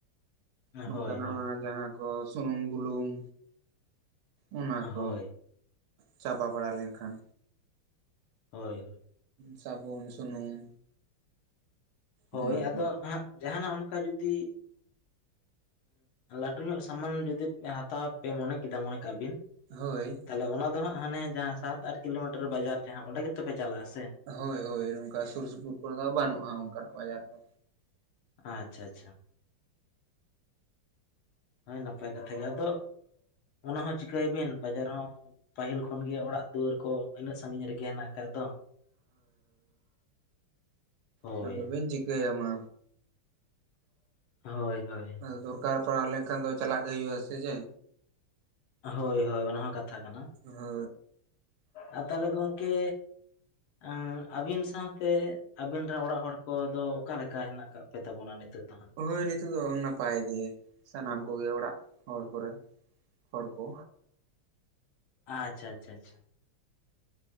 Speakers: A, on the right (about 80°); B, on the left (about 75°).
A: ᱱᱚᱝᱠᱟ
B: ᱦᱳᱭ
A: ᱱᱟᱜ
B: ᱦᱳᱭ
A: ᱢᱟ ᱡᱟᱦᱟᱸ ᱠᱚ ᱥᱩᱱᱩᱢ ᱵᱩᱞᱩᱝ ᱚᱱᱟ
B: ᱦᱳᱭ ᱦᱳᱭ
A: ᱠᱚ ᱪᱟᱵᱟ ᱵᱟᱲᱟ ᱞᱮᱱᱠᱷᱟᱱ
B: ᱦᱳᱭ
A: ᱥᱟᱵᱚᱱ ᱥᱩᱱᱩᱢ
B: ᱦᱳᱭ
A: ᱚᱱᱟ
B: ᱟᱫᱚ
A: ᱠᱚ
B: ᱦᱟᱸᱜ ᱡᱟᱦᱟᱱᱟᱜ ᱚᱱᱠᱟ ᱡᱩᱫᱤ ᱞᱟᱹᱴᱩ ᱧᱚᱜ ᱥᱟᱢᱟᱱ ᱡᱩᱫᱤ ᱦᱟᱛᱟᱣ ᱯᱮ ᱢᱚᱱᱮ ᱠᱮᱫᱟ ᱢᱚᱱᱮ ᱠᱟᱜ ᱵᱤᱱ
A: ᱦᱳᱭ
B: ᱛᱟᱦᱚᱞᱮ ᱚᱱᱟ ᱫᱚ ᱦᱟᱸᱜ ᱦᱟᱱᱮ ᱡᱟᱦᱟᱸ ᱥᱟᱛ ᱟᱴ ᱠᱤᱞᱳᱢᱤᱴᱟᱨ ᱵᱟᱡᱟᱨ ᱡᱟᱦᱟᱸ ᱚᱸᱰᱮ ᱜᱮᱛᱚᱯᱮ ᱪᱟᱞᱟᱜᱼᱟ ᱥᱮ
A: ᱦᱳᱭ ᱦᱳᱭ ᱱᱚᱝᱠᱟ ᱥᱩᱨ ᱥᱩᱯᱩᱨ ᱠᱚᱨᱮ ᱫᱚ ᱵᱟᱹᱱᱩᱜᱼᱟ ᱚᱱᱠᱟᱱᱟᱜ ᱵᱟᱡᱟᱨ ᱫᱚ
B: ᱟᱪᱪᱷᱟ ᱟᱪᱪᱷᱟ ᱦᱳᱭ ᱱᱟᱯᱟᱭ ᱠᱟᱛᱷᱟ ᱜᱮ ᱟᱫᱚ ᱚᱱᱟ ᱦᱚᱸ ᱪᱤᱠᱟᱭᱵᱤᱱ ᱵᱟᱡᱟᱨ ᱦᱚᱸ? ᱯᱟᱹᱦᱤᱞ ᱠᱷᱚᱱ ᱜᱮ ᱚᱲᱟᱜ ᱫᱩᱣᱟᱹᱨ ᱠᱚ ᱤᱱᱟᱹᱜ ᱥᱟᱺᱜᱤᱧ ᱨᱮᱜᱮ ᱦᱮᱱᱟᱜ ᱟᱠᱟᱫ ᱫᱚ ᱦᱳᱭ
A: ᱦᱮᱸ ᱟᱫᱚ ᱵᱤᱱ ᱪᱤᱠᱟᱹᱟᱢ ᱢᱟ
B: ᱦᱳᱭ ᱦᱳᱭ
A: ᱫᱚᱨᱠᱟᱨ ᱯᱟᱲᱟᱣ ᱞᱮᱱᱠᱷᱟᱱ ᱫᱚ ᱪᱟᱞᱟᱜ ᱜᱮ ᱦᱩᱭᱩᱜᱼᱟ ᱥᱮ ᱪᱮ
B: ᱦᱳᱭ ᱦᱳᱭ ᱚᱱᱟ ᱦᱚᱸ ᱠᱟᱛᱷᱟ ᱠᱟᱱᱟ᱾
A: ᱦᱳ
B: ᱟᱨ ᱛᱟᱦᱚᱞᱮ ᱜᱚᱝᱠᱮ ᱮ ᱟᱹᱵᱤᱱ ᱥᱟᱶᱛᱮ ᱟᱹᱵᱤᱱ ᱨᱮᱱ ᱚᱲᱟᱜ ᱦᱚᱲ ᱠᱚᱫᱚ ᱚᱠᱟᱮᱠᱟ ᱦᱮᱱᱟᱜ ᱟᱠᱟᱫ? ᱯᱮ ᱛᱟᱵᱚ ᱱᱤᱛᱚᱜ ᱫᱚ ᱦᱟᱸᱜ
A: ᱦᱳᱭ ᱱᱤᱛᱳᱜ ᱫᱚ ᱱᱟᱯᱟᱭ ᱜᱮ ᱥᱟᱱᱟᱢ ᱠᱚᱜᱮ ᱚᱲᱟᱜ ᱦᱚᱲ ᱠᱚᱨᱮ ᱦᱚᱲ ᱠᱚ
B: ᱟᱪᱷᱟ ᱟᱪᱷᱟ ᱟᱪᱷᱟ